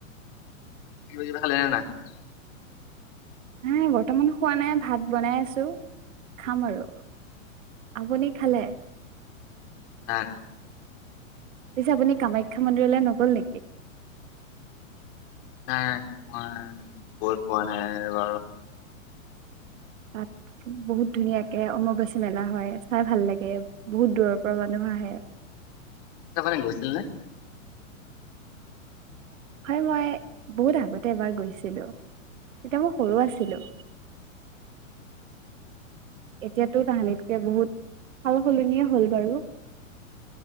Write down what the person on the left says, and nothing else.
<unintelligible>
না।
নাই মই গৈ পোৱা নাই এবাৰো।
চফালং গৈছিল নে?
উম।